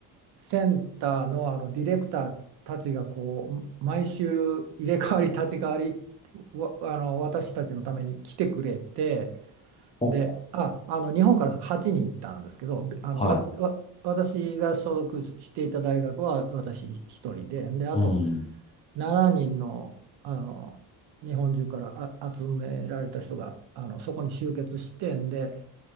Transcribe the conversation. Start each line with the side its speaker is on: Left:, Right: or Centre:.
Right: センターの、あのディレクターたちがこう毎週入れ替わり立ち替わりわあの私たちのために来てくれて
Left: おー
Right: であ、あの日本から8人行ったんですけどべあのわたわ私が所属していた大学は私一人で、
Left: はい。
Right: であと
Left: うん。
Right: 7人の、あの日本中からあ集められた人があのそこに集結してんで